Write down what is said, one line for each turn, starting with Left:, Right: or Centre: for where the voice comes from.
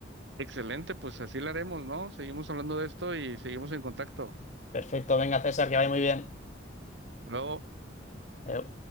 Right: Excelente, pues así lo haremos, ¿no? Seguimos hablando de esto y seguimos en contacto.
Left: Perfecto, venga, César, que vaya muy bien.
Right: Hasta Luego.
Left: Adeu.